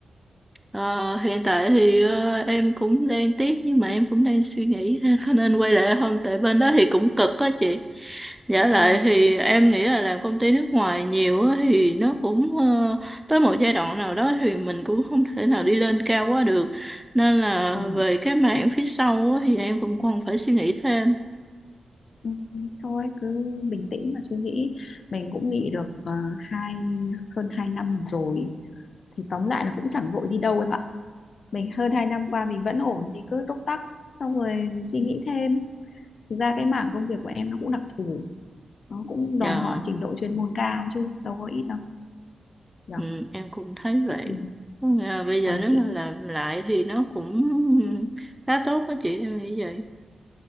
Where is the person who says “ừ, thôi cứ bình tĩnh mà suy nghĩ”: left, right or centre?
Left